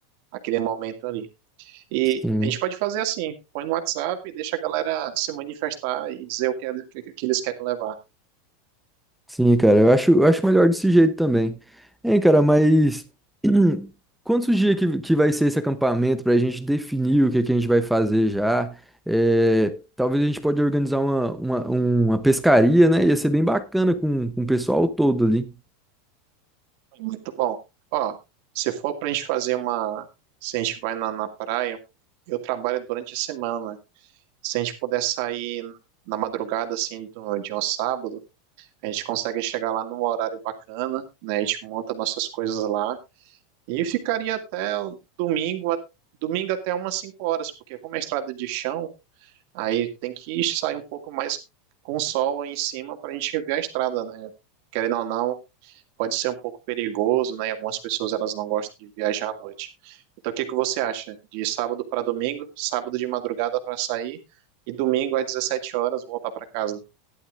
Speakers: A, on the right (about 55°); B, in the centre.
A: aquele momento ali. E
B: Sim.
A: a gente pode fazer assim, põe no WhatsApp e deixa a galera se manifestar e dizer o que, ele- que- que eles querem levar.
B: Sim, cara, eu acho, eu acho melhor desse jeito também. Hein, cara, mas <clears throat> quantos dias que, que vai ser esse acampamento pra gente definir o que, que a gente vai fazer já? É, talvez a gente pode organizar uma, uma, uma pescaria, né? Ia ser bem bacana com, com o pessoal todo ali.
A: Muito bom. Ó, se for pra gente fazer uma, se a gente vai na, na praia, eu trabalho durante a semana. Se a gente puder sair na madrugada, assim, do- de um sábado, A gente consegue chegar lá num horário bacana, né? A gente monta nossas coisas lá e ficaria até o domingo, a- domingo até umas 5 horas, porque como é estrada de chão, aí tem que sair um pouco mais com o sol aí em cima para a gente ver a estrada, né? Querendo ou não, pode ser um pouco perigoso, né? E algumas pessoas elas não gostam de viajar à noite. Então, o que que você acha? De sábado para domingo, sábado de madrugada para sair e domingo às 17 horas voltar para casa?